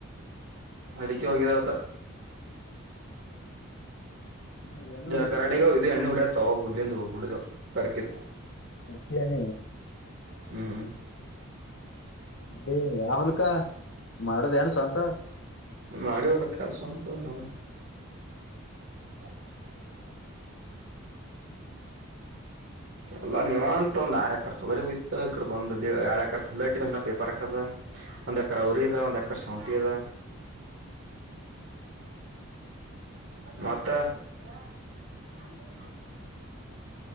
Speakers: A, on the right; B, on the left.
A: ಅಕ್ಕೆ ಹೋಗಿದತ್ತ
B: ಹ್ಮ್ ಏನೋ
A: ಜ
B: ಊರಿಗ
A: ಕಾಡೆಗದು
B: ಇದು
A: ಅಣ್ಣ ಹುಡ ತ ಹುಲ್ಲಿದು ಹುಡೆದುಕದು
B: ಅತಣ
A: ಹ್ಮ್
B: ಅದೇ ಯಾವ ಹುಲ್ಕ ಮಾಡದ ಏನು ಸ್ವಂತ
A: ಮಾಡಿವಲ್ಲ ಕೆಲ್ಸ ಉಂದ ನಮ್ದ <unintelligible> ಎಲ್ಲ ನಿವಂತ ಒಂದು ಆರ್ಯಕರ್ತ ಅವ್ರ ಬಿ ಇಡ ಒಂದ ಎರಡ್ಕರ್ ಲ್ಲ ಇಟ್ಟ ಪೇಪರ್ ಹಾಕದ ಒಂದ್ಕ ಅವ್ರ ಇದ ಒಂದ್ ಎಕರ್ ಸಂತದ ಮತ್ತ <unintelligible> ನ